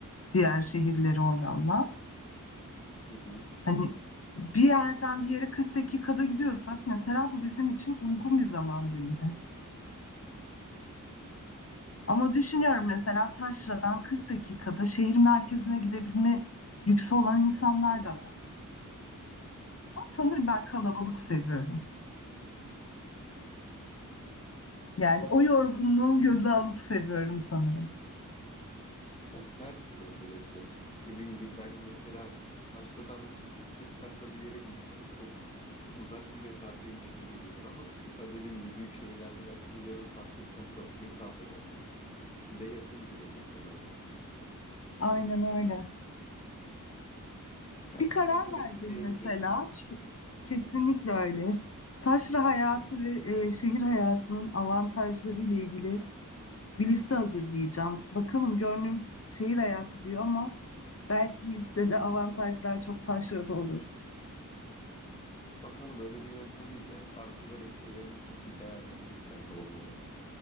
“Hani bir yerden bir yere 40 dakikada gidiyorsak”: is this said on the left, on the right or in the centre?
Left